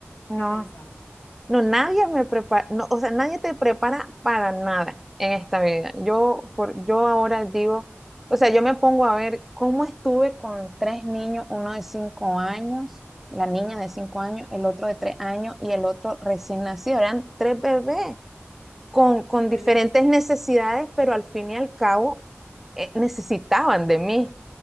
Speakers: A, in the centre; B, on the left (about 80°).
A: No.
B: ¿Qué pensás?
A: No, nadie me prepara, no, o sea, nadie te prepara para nada en esta vida. Yo, por, yo ahora digo, o sea, yo me pongo a ver cómo estuve con tres niños, uno de cinco años, la niña de cinco años, el otro de tres años y el otro recién nacido. Eran tres bebés con, con
B: Tres bebés.
A: diferentes necesidades, pero al fin y al cabo eh, necesitaban de mí.